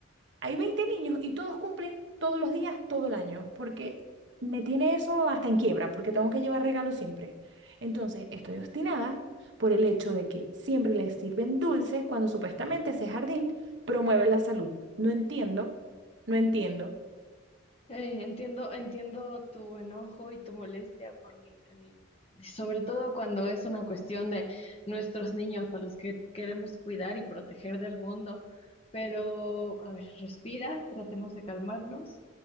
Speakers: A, on the right (about 65°); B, on the left (about 30°).
A: Hay 20 niños y todos cumplen todos los días, todo el año, porque me tiene eso hasta en quiebra, porque tengo que llevar regalos siempre. Entonces, estoy obstinada por el hecho de que siempre les sirven dulces cuando supuestamente ese jardín promueve la salud. No entiendo, no entiendo.
B: Eh, entiendo, entiendo tu enojo y tu molestia por el, el- sobre todo cuando es una cuestión de nuestros niños a los que queremos cuidar y proteger del mundo. Pero, a ver, respira, tratemos de calmarnos